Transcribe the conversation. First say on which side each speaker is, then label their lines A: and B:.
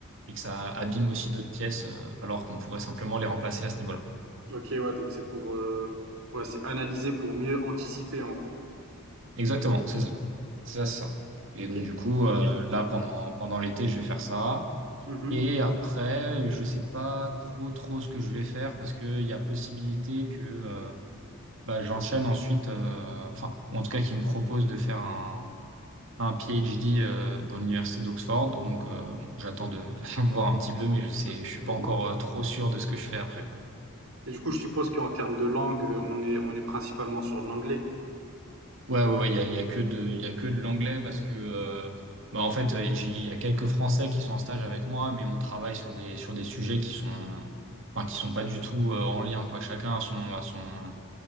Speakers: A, on the right; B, on the right.
A: et que ça abîme aussi d'autres pièces, euh, alors qu'on pourrait simplement les remplacer à ce niveau-là.
B: OK, ouais, donc c'est pour, heu, ouais, c'est analyser pour mieux anticiper, en gros.
A: Exactement. C'est ça. C'est ça, c'est ça. Et donc,
B: OK.
A: du coup, euh, là, pendant, pendant l'été, je vais faire ça.
B: Mmh
A: Et après, je sais pas trop, trop ce que je vais faire parce qu'il y a possibilité que euh, bah, j'enchaîne ensuite, euh, enfin, ou en tout cas, qu'ils me proposent de faire un un PhD euh, dans l'université d'Oxford. Donc, euh, bon, j'attends de, <laughs> j'attends de voir un petit peu, mais je sais,
B: OK.
A: je suis pas encore euh, trop sûr de ce que je fais après, quoi.
B: Et du coup, je suppose qu'en termes de langue, heu, on est on est principalement sur de l'anglais?
A: Ouais, ouais, ouais, il y a, il y a que de, il y a que de l'anglais parce que, euh, bah, en fait, euh, j'ai- il y a quelques Français qui sont en stage avec moi, mais on travaille sur des, sur des sujets qui sont, enfin, qui sont pas du tout euh, en lien, quoi. Chacun a son, a son,